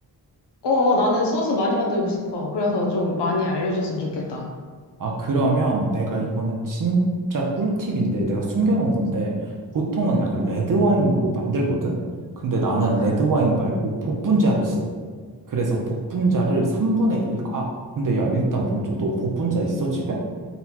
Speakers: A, on the left; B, on the right.
A: 어, 어, 나는 소스 많이 만들고 싶어. 그래서 좀 많이 알려줬으면 좋겠다.
B: 아, 그러면 내가 이거는 진짜 꿀팁인데 내가 숨겨놓은 건데, 보통은 약간 레드와인으로 만들거든? 근데 나는 레드와인 말고 복분자를 써. 그래서 복분자를 3분의 1, 아, 근데 야, 일단 먼저 너 복분자 있어, 집에?